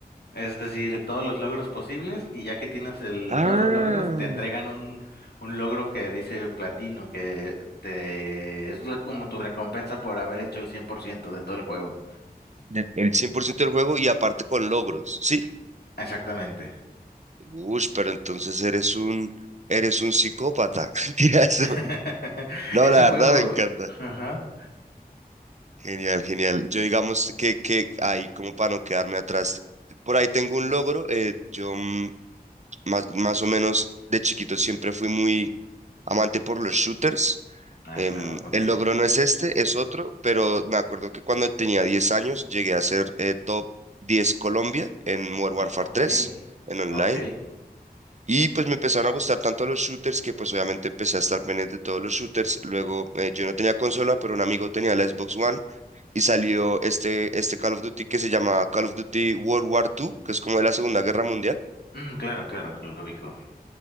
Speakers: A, on the left; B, on the right.
A: Es decir, todos los logros posibles y ya que tienes el,
B: Ah,
A: todos los logros, te entregan un, un logro que dice platino, que te, es lo- como tu recompensa por haber hecho el cien por ciento de todo el juego.
B: de- el 100% del juego y aparte con logros, ¿sí?
A: Exactamente.
B: Uy, pero entonces eres un, eres un psicópata. <laughs> Mentiras.
A: <laughs>
B: No,
A: Ese
B: la
A: juego...
B: verdad me encanta.
A: Ajá.
B: Genial, genial. Yo digamos que, que ahí como para no quedarme atrás. Por ahí tengo un logro. eh, yo mm, más, más o menos de chiquito siempre fui muy amante por los shooters.
A: Ah,
B: Em,
A: claro, ok.
B: el logro no es este, es otro, pero me acuerdo que cuando tenía 10 años llegué a ser eh, top 10 Colombia en Modern Warfare
A: Ok.
B: tres en online.
A: Ok.
B: Y pues me empezaron a gustar tanto los shooters que pues obviamente empecé a estar pendiente de todos los shooters. Luego eh, yo no tenía consola, pero un amigo tenía la Xbox One y salió este, este Call of Duty que se llama Call of Duty World War II, que es como de la Segunda Guerra Mundial.
A: Mm, claro, claro, lo ubico.